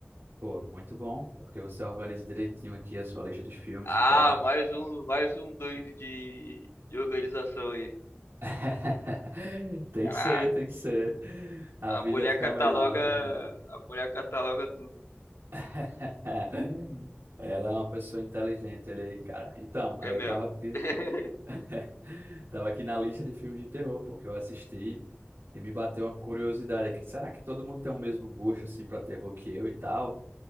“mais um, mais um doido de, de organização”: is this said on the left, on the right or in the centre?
Left